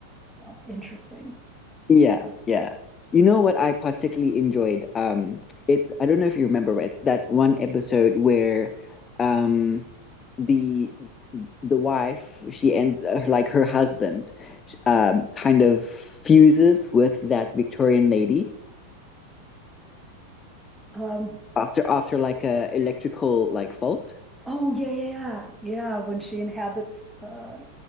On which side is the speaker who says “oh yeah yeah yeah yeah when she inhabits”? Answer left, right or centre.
Centre